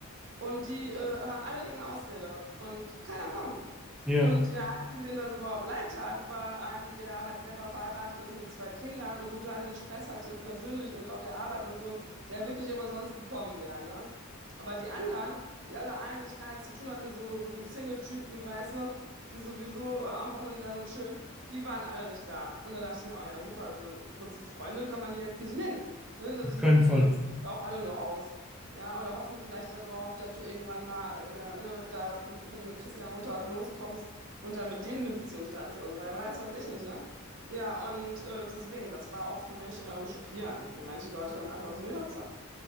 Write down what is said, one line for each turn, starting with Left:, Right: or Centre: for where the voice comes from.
Right: Und die äh, haben alle irgendeine Ausrede und keiner kommt.
Centre: Ja,
Right: Und der Einzige, dem das überhaupt leid tat, war einem, der halt selber verheiratet ist mit zwei Kindern und total den Stress hatte, persönlich und auf der Arbeit und so, und der wirklich aber sonst gekommen wäre, ne? Aber die anderen, die alle eigentlich gar nichts zu tun hatten, so, so Single-Typen, weißt du, die sowieso äh, am Wochenende da nur chillen, die waren alle nicht da. Und da dachte ich mir, oh ja, super, also du, im Prinzip Freunde kann man die jetzt nicht nennen. Ne?
Centre: auf
Right: Die
Centre: keinen
Right: sind,
Centre: Fall.
Right: die nutzen auch alle nur aus. Ja, oder hoffen vielleicht darauf, dass du irgendwann mal äh, ne, da von, mit, von mit Christian runter loskommst und dann mit denen eine Beziehung startest. Also, weil weiß, was ich nicht, ne? Ja, und äh, deswegen, das war auch für mich ähm, schockierend, wie manche Leute dann einfach so, ja, zack.